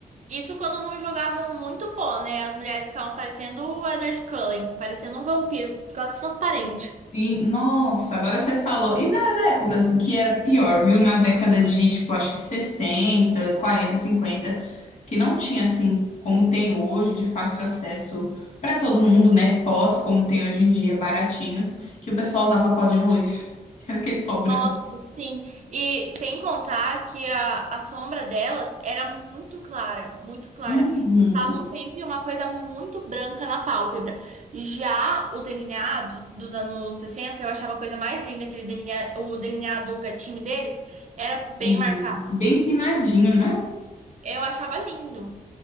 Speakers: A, on the right (about 55°); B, on the left (about 55°).
A: Isso quando não jogavam muito pó, né? As mulheres ficavam parecendo o Edward Cullen, parecendo um vampiro, quase transparente.
B: Sim, nossa, agora você falou. E nas épocas que era pior, viu? Na década de, tipo, acho que 60 40 50 que não tinha assim como tem hoje, de fácil acesso para todo mundo, né? Pós, como tem hoje em dia, baratinhos, que o pessoal usava pó de arroz. <laughs> Era aquele pó branco.
A: Nossa, sim. E sem contar que a, a sombra delas era muito clara, muito clara.
B: Uhum.
A: Estavam sempre uma coisa muito branca na pálpebra. E Já o delineado dos anos 60 eu achava a coisa mais linda, aquele delinea- o delineado gatinho deles, era bem
B: Sim.
A: marcado.
B: Bem empinadinho, né?
A: Eu achava lindo.